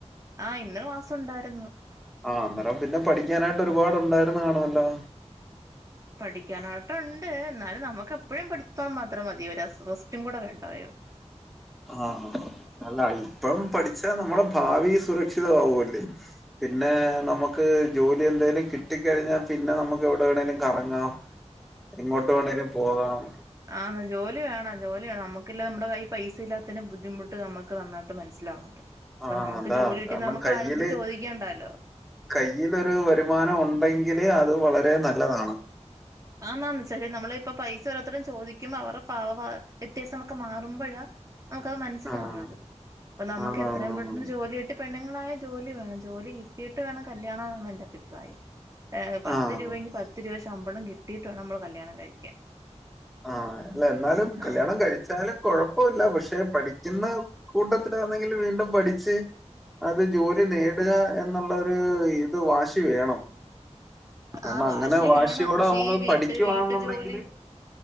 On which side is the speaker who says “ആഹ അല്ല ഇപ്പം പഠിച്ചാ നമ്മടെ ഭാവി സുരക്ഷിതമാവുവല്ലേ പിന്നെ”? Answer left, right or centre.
Centre